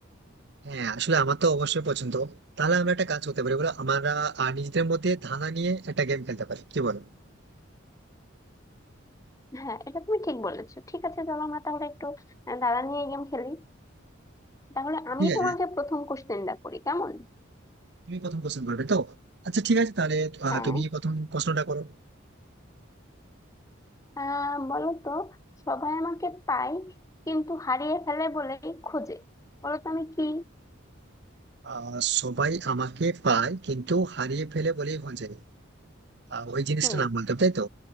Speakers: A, on the right; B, on the left.
A: হ্যাঁ আসলে আমার তো অবশ্যই পছন্দ তাহলে আমরা একটা কাজ করতে পারি বলো আমরা আহ, নিজেদের মধ্যে ধাঁধা নিয়ে একটা গেম খেলতে পারি কি বলো
B: হ্যাঁ এটা তুমি ঠিক বলেছো ঠিক আছে চলো আমরা তাহলে একটু আহ, দাদা নিয়ে গেম খেলি তাহলে আমি
A: ঠিক আছে
B: তোমাকে প্রথম কোশ্চেনটা করি কেমন
A: তুমি প্রথম প্রশ্ন করবে তো আচ্ছা ঠিক আছে তাহলে আহ,
B: হ্যাঁ
A: তুমি প্রথম প্রশ্নটা করো
B: আহ বলো তো সবাই আমাকে পায় কিন্তু হারিয়ে ফেলে বলেই খোঁজে বলো তো আমি কি
A: আহ সবাই আমাকে পায় কিন্তু হারিয়ে ফেলে বলেই ভুল যায় আহ, ওই জিনিসটার
B: হুম
A: নাম বলতে হবে, তাই তো